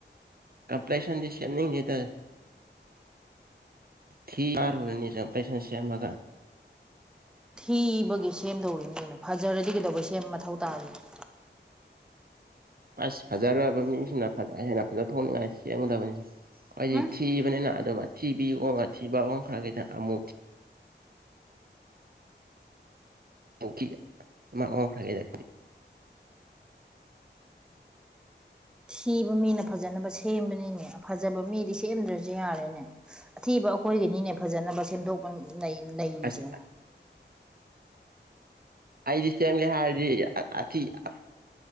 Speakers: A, on the right; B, in the centre.
A: ꯀꯝꯄꯦꯁꯟꯁꯤ ꯁꯦꯅꯤꯡꯗꯦꯗ ꯊꯤ ꯍꯥꯏꯔꯨꯔꯅꯤ ꯀꯝꯄꯦꯁꯟ ꯁꯦꯝꯃꯒ
B: ꯊꯤꯕꯒꯤ ꯁꯦꯝꯗꯧꯔꯤꯅꯤ ꯀꯩꯅꯣ ꯐꯖꯔꯗꯤ ꯀꯩꯗꯧꯕꯩ ꯁꯦꯝꯕ ꯃꯊꯧ ꯇꯥꯔꯤꯅꯦ
A: ꯑꯁ ꯐꯖꯒꯔꯕ ꯃꯤꯁꯤꯅ ꯍꯦꯟꯅ ꯐꯖꯅꯤꯡꯉꯥꯏ ꯁꯦꯝꯒꯗꯕꯅꯤꯅꯦ ꯑꯩꯈꯣꯏꯗꯤ
B: ꯎꯝ
A: ꯊꯤꯕꯅꯤꯅ ꯑꯗꯨꯃ ꯊꯤꯕꯤ ꯑꯣꯡꯕ ꯊꯤꯕ ꯑꯣꯡꯈ꯭ꯔꯥ ꯀꯗꯪ ꯑꯃꯨꯛ ꯊꯤ ꯄꯧꯈꯤ ꯑꯃ ꯑꯣꯡꯈꯔꯅꯤꯗ
B: ꯊꯤꯕ ꯃꯤꯅ ꯐꯖꯅꯕ ꯁꯦꯝꯕꯅꯤꯅꯦ ꯐꯖꯕ ꯃꯤꯗꯤ ꯁꯦꯝꯗ꯭ꯔꯁꯨ ꯌꯥꯔꯦꯅꯦ ꯑꯊꯤꯕ ꯑꯩꯈꯣꯏꯒꯤꯅꯤꯅꯦ ꯐꯖꯅꯕ ꯁꯦꯝꯗꯣꯛꯄ ꯂꯩꯔꯤꯁꯦ
A: ꯑꯁ ꯑꯩꯗꯤ ꯁꯦꯝꯒꯦ ꯍꯥꯏꯔꯗꯤ ꯑꯊꯤ ꯑ